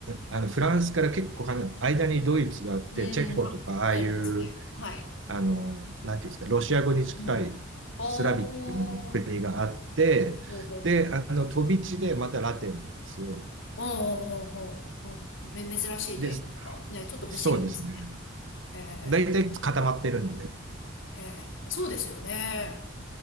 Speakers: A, on the right; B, on the left.
A: あの、フランスから結構離れ間にドイツがあって、
B: うん、
A: チェコとか、
B: は離れてますね。
A: ああいう、
B: はい。
A: あの、なんていうんですか、ロシア語に近いスラビックの国があって、
B: うん。おー。ほうほうほう。
A: で、あの、飛び地でまたラテンなんですよ。
B: おーおーおーおーおーめ、珍しいと言いますか。
A: で、
B: ね、ちょっと不思議ですね。
A: そうですね。
B: へえ、
A: 大体固まってるんで。
B: へえ、そうですよね。